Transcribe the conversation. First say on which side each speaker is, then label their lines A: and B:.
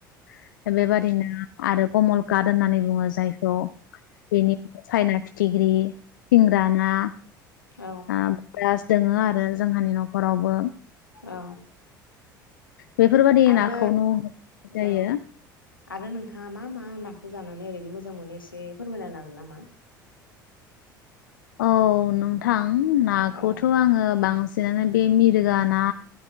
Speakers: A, on the left; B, on the left.
A: <inaudible> बेबारदिनो आरो कमल काट होननानै बुङो जाय औ बेनि साइना, फिथिख्रि सिंग्रा ना
B: औ
A: <unintelligible> दोङो आरो जोंहानि न'खरावबो ।
B: औ
A: बेफोरबायदि
B: आरो
A: नाखौनो जायो
B: औ आरो नोंथाङा मा मा नाखौ जानानै ओैरैनो मोजांमोनो एसे फोरमायना होनो हागोन नामा?
A: औ नोंथां नाखौथ'
B: औ
A: आङो बांसिन <unintelligible> बे मिरगा ना